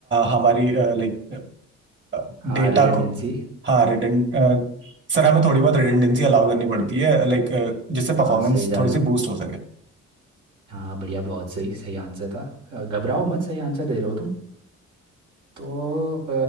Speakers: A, on the right; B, on the right.
A: हमारी लाइक
B: हाँ
A: डेटा
B: रिडंडेंसी
A: को हाँ रिडंड सर हमें थोड़ी बहुत रिडंडेंसी अलाउ करनी पड़ती है लाइक जिससे
B: हाँ
A: परफॉर्मेंस
B: सही जा
A: थोड़ी
B: रहे
A: सी
B: हो
A: बूस्ट हो सके
B: हाँ बढ़िया बहुत सही सही आंसर था अ, घबराओ मत सही आंसर दे रहे हो तुम तो